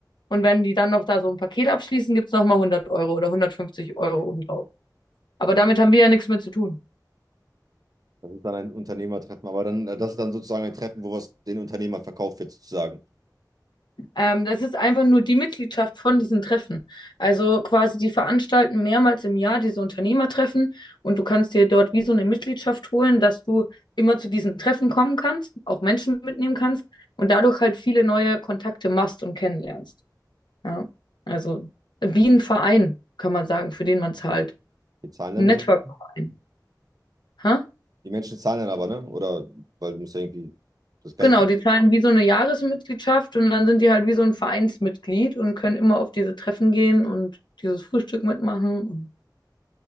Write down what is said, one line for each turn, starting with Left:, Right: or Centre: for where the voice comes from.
Left: und wenn die dann noch da so ein Paket abschließen, gibt es nochmal 100 Euro oder 150 Euro obendrauf. Aber damit haben wir ja nichts mehr zu tun.
Right: Das ist dann ein Unternehmertreffen, aber dann, äh, das ist dann sozusagen ein Treffen, wo was den Unternehmer verkauft wird, sozusagen.
Left: Ähm, das ist einfach nur die Mitgliedschaft von diesen Treffen. Also quasi, die veranstalten mehrmals im Jahr diese Unternehmertreffen und du kannst dir dort wie so eine Mitgliedschaft holen, dass du immer zu diesen Treffen kommen kannst, auch Menschen mitnehmen kannst und dadurch halt viele neue Kontakte machst und kennenlernst. Ja, also wie ein Verein, kann man sagen, für den man zahlt.
Right: Die zahlen dann
Left: Ein Network-Verein.
Right: die Menschen.
Left: Ha?
Right: Die Menschen zahlen dann aber, ne? Oder weil du musst ja irgendwie das Geld
Left: Genau,
Right: verdienen.
Left: die zahlen wie so eine Jahresmitgliedschaft und dann sind die halt wie so ein Vereinsmitglied und können immer auf diese Treffen gehen und dieses Frühstück mitmachen und